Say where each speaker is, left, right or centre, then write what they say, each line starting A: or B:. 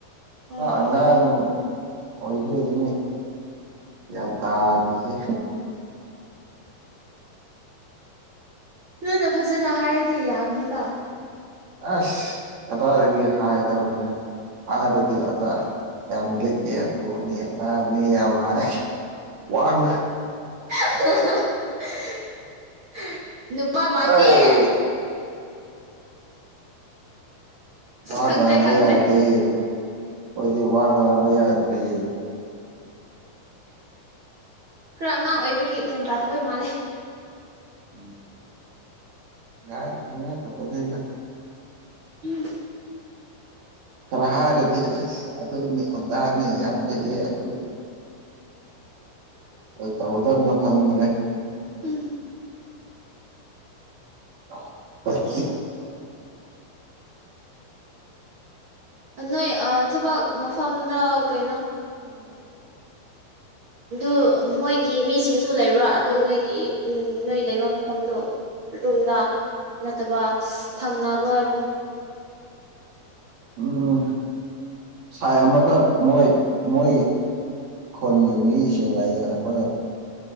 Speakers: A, on the right; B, on the right.
A: ꯑꯣ
B: ꯑꯉꯥꯡ ꯑꯣꯏꯕꯒꯤꯅꯦ ꯒꯌꯥꯟ ꯇꯥꯗꯔꯤꯖꯦ
A: ꯅꯣꯏꯅ ꯐꯖꯅ ꯍꯥꯏꯔꯗꯤ ꯌꯥꯒꯅꯤꯗ
B: ꯑꯁ ꯀꯗꯥꯏꯗꯒꯤ ꯍꯥꯏꯗꯕꯅꯣ ꯍꯥꯏꯗꯗꯤ ꯑꯗꯥ ꯌꯥꯝ ꯂꯩꯇꯦ ꯑꯗꯨꯅꯤ ꯑꯗꯥꯅꯤ ꯌꯥꯝ ꯍꯥꯏ ꯑꯥꯏꯁ ꯋꯥꯡ
A: <unintelligible> ꯅꯨꯄꯥ
B: ꯑꯩ
A: ꯃꯥꯟꯗꯦ
B: ꯋꯥ
A: ꯈꯪꯗ꯭ꯔꯦ
B: ꯉꯥꯡꯕ
A: ꯈꯪꯗ꯭ꯔꯦ
B: ꯌꯥꯗꯦ ꯈꯣꯏꯗꯤ ꯋꯥ ꯉꯥꯡꯕ ꯌꯥꯗ꯭ꯔꯦ
A: ꯈꯔ ꯑꯉꯥꯡ ꯑꯣꯏꯕꯒꯤ ꯒ꯭ꯌꯥꯟ ꯇꯗꯕꯩ ꯃꯥꯜꯂꯦ
B: ꯎꯝ ꯉꯥꯡ ꯑꯉꯥꯡ ꯈꯪꯄꯣꯇꯦꯗ
A: ꯍꯨꯝ
B: ꯈꯔ ꯍꯥꯏꯔꯣꯗꯤ ꯑꯁ ꯑꯗꯨꯅꯤ ꯑꯗꯥꯅꯤ ꯌꯥꯝ ꯂꯤꯛꯑꯦ ꯑꯗꯨ ꯈꯣꯏ ꯇꯧꯍꯧꯗꯕꯅꯤꯅ ꯈꯪꯗ꯭ꯔꯦ
A: ꯎꯝ
B: <unintelligible>
A: ꯅꯣꯏ ꯑ ꯊꯕꯛ ꯃꯐꯝꯗ ꯀꯩꯅꯣ ꯎꯝ ꯑꯗꯨ ꯃꯣꯏꯒꯤ ꯃꯤꯁꯤꯡꯁꯨ ꯂꯩꯕ꯭ꯔꯥ ꯑꯗꯨ ꯅꯣꯏꯒꯤ ꯅꯣꯏ ꯂꯩꯕ ꯃꯐꯝꯗꯣ ꯑꯗꯣꯝꯗ ꯅꯠꯇꯕ ꯊꯪꯅꯕ ꯑꯗꯨꯝ
B: ꯎꯝ ꯁꯥꯏ ꯑꯃꯗ ꯃꯣꯏ ꯃꯣꯏ ꯈꯨꯟꯒꯤ ꯃꯤꯁꯤꯡ ꯂꯩꯌꯦ ꯑꯈꯣꯏꯅ